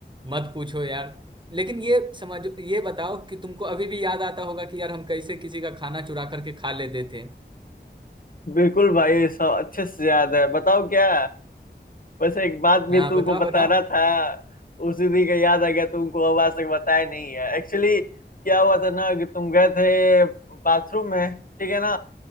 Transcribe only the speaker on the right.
मत पूछो यार लेकिन ये समझो ये बताओ कि तुमको अभी भी याद आता होगा कि यार हम कैसे किसी का खाना चुरा करके खा लेते थे
हाँ
बताओ
बताओ